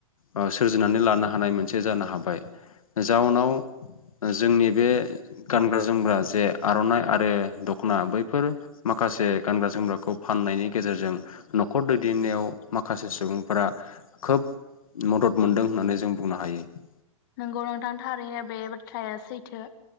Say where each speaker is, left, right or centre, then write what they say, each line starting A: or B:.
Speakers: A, on the left (about 80°); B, on the left (about 40°).
A: ओ सोरजिनानै लानो हानाय मोनसे जानो हाबाय जाउनाव जोंनि बे गानग्रा -जोमग्रा जे आर'नाइ आरो दखना बैफोर माखासे गानग्रा जोमग्राखौ फाननायनि गेजेरजों न'खर दैदेननायाव माखासे सुबुंफोरा खोब मदद मोनदों होननानै जों बुंनो हायो ।
B: नोंगौ नोंथां थारैनो बे बाथ्राया सैथो